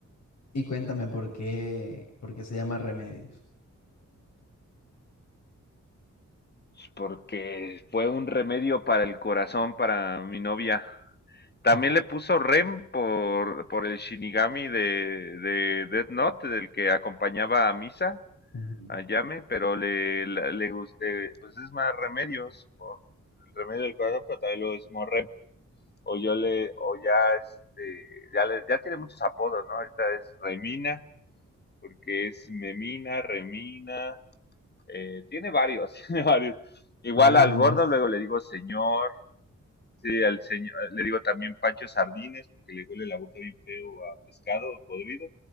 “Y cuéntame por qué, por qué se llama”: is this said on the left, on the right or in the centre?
Left